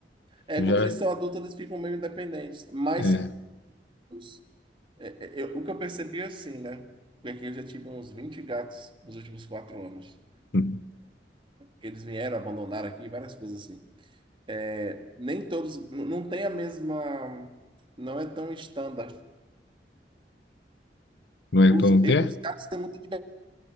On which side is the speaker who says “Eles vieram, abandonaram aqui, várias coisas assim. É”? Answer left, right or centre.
Right